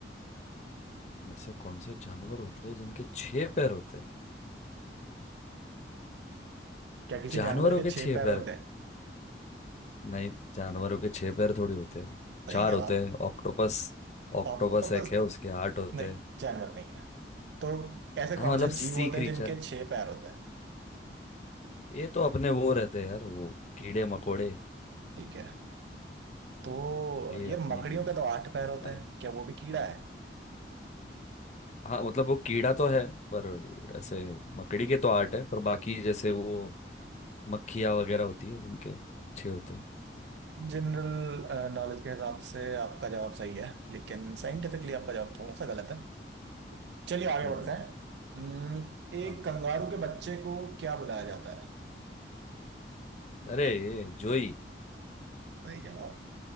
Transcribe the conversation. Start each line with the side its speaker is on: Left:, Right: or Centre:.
Left: ऐसे कौन से जानवर होते हैं जिनके छह पैर होते हैं
Right: क्या किसी
Left: जानवरों
Right: जानवर के
Left: के
Right: छह
Left: छह
Right: पैर
Left: पैर
Right: होते हैं
Left: नहीं जानवरों के छह पैर थोड़ी होते हैं
Right: सही
Left: चार
Right: जवाब
Left: होते हैं ऑक्टोपस ऑक्टोपस
Right: ऑक्टोपस
Left: एक है उसके आठ होते
Right: नहीं
Left: हैं
Right: जानवर नहीं है तो ऐसे
Left: हाँ
Right: कौन
Left: मतलब
Right: से
Left: सी
Right: जीव होते
Left: क्रीचर
Right: हैं जिनके छह पैर होते हैं
Left: ये तो अपने वो रहते हैं यार वो कीड़े मकोड़े
Right: ठीक है तो
Left: हम्म, ये
Right: यार
Left: अपनी
Right: मकड़ियों के तो आठ पैर होते
Left: लाइफ
Right: हैं क्या वो भी कीड़ा है
Left: हाँ मतलब वो कीड़ा तो है पर ऐसे मकड़ी के तो आर्ट है पर बाकी जैसे वो मक्खियाँ वगैरह होती है उनके अच्छे होते हैं
Right: जनरल नॉलेज के हिसाब से आपका जवाब सही है लेकिन साइंटिफिकली आपका जवाब थोड़ा सा गलत है चलिए आगे
Left: हम्म
Right: बढ़ते हैं हम्म, एक
Left: हाँ
Right: कंगारू के बच्चे को क्या बुलाया जाता है
Left: अरे ये जोई
Right: सही जवाब